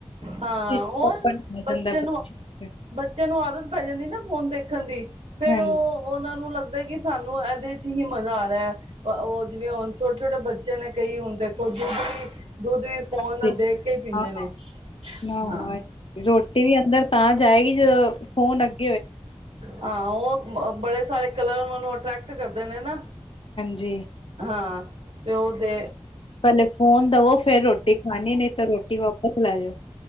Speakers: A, on the right; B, on the left.
A: ਹਾਂ
B: ਚਿੜਚਿੜਾਪਨ
A: ਉਹ
B: ਹੋ
A: ਬੱਚਿਆਂ
B: ਜਾਂਦਾ ਬੱਚੇ
A: ਨੂੰ
B: ਵਿੱਚ।
A: ਬੱਚਿਆਂ ਨੂੰ ਆਦਤ ਪੈ ਜਾਂਦੀ ਨਾ ਹੁਣ ਦੇਖਣ ਦੀ ਫਿਰ
B: ਹਾਂਜੀ
A: ਉਹ ਉਹਨਾਂ ਨੂੰ ਲੱਗਦਾ ਕਿ ਸਾਨੂੰ ਇਹਦੇ ਚ ਹੀ ਮਜ਼ਾ ਆ ਰਿਹਾ ਹੈ ਉਹ ਜਿਵੇਂ ਹੁਣ ਛੋਟੇ ਛੋਟੇ ਬੱਚੇ ਨੇ ਕਈ ਹੁਣ ਦੇਖੋ ਜੋ ਦੁੱਧ ਵੀ ਦੁੱਧ ਵੀ
B: ਹਾਂਜੀ
A: ਫੋਨ ਦੇਖ ਕੇ ਹੀ ਪੀਂਦੇ
B: ਹਾਂ ਹਾਂ
A: ਨੇ
B: ਨਾ
A: ਹਾਂ
B: ਰੋਟੀ ਵੀ ਅੰਦਰ ਤਾਂ ਜਾਏਗੀ ਜਦੋਂ ਫੋਨ ਅਗੇ
A: ਹਾਂ ਉਹ ਬੜੇ ਸਾਰੇ ਕਲਰ ਉਹਨਾਂ ਨੂੰ ਅਟਰੈਕਟ ਕਰਦੇ ਨੇ ਨਾ
B: ਜੀੇ
A: ਹਾਂ ਤੇ ਉਹ ਤੇ
B: ਪਹਿਲੇ ਫੋਨ ਦਵੋ ਫਿਰ ਰੋਟੀ ਖਾਣੀ ਨਹੀਂ ਤਾਂ ਰੋਟੀ ਵਾਪਸ ਲੈ ਜਾਓ